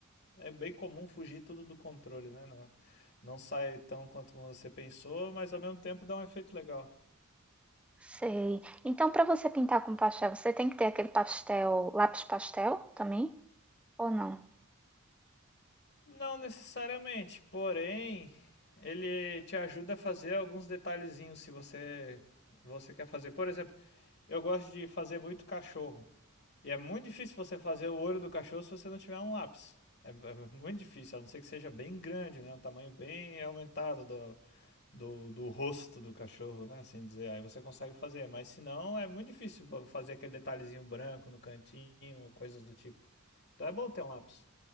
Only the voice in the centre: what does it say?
Sei. Então, para você pintar com pastel, você tem que ter aquele pastel, lápis pastel também? Ou não?